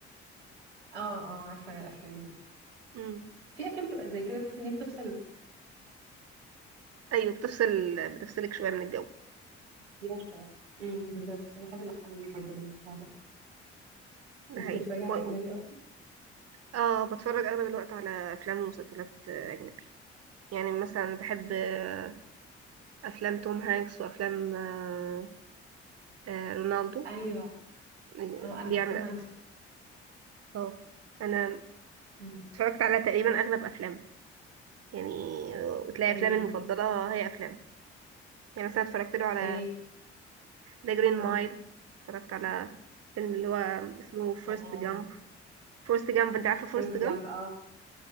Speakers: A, on the right; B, on the right.
A: اه اه عارفه أنا الافلام دي
B: امم
A: في افلام بتبقى زي كده تحس ان هي بتفصل
B: ايوه بتفصل بتفصلك شوية من الجو
A: بيها شويه امم بالظبط انا بحب الافلام دي برضه للموضوع ده
B: ده
A: انت
B: حقيقي
A: بتتفرجي على
B: و-
A: اجنبي اصلا
B: اه بتفرج اغلب الوقت على افلام ومسلسلات آه، اجنبي يعني مثلا بحب
A: مم.
B: آه، افلام توم هانكس وافلام آه، آه رونالدو
A: ايوه
B: يعني
A: اه انا
B: بيعمل
A: بحب توم هانكس
B: اه انا
A: مم.
B: اتفرجت على تقريبا اغلب افلامه يعني وتلاقي
A: ايه
B: افلامي المفضله هي افلامه يعني مثلا اتفرجت له على
A: ايه
B: ذا جرين
A: اه
B: مايل اتفرجت على فيلم اللي هو اسمه فورست
A: اه
B: جامب فورست جامب انت عارفه فورست
A: فيرست
B: جامب
A: جامب اه Forrest Gump.